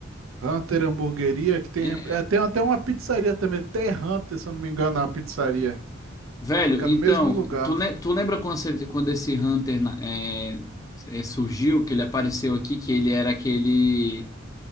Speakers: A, on the right; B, on the left.
A: Hunter Hamburgueria, que tem,
B: E-
A: é, tem até uma pizzaria também, até Hunter, se eu não me engano, a pizzaria.
B: Velho,
A: Fica
B: então,
A: no mesmo lugar.
B: tu, le- tu lembra quando, você- quando esse Hunter na- é, é, surgiu, que ele apareceu aqui, que ele era aquele.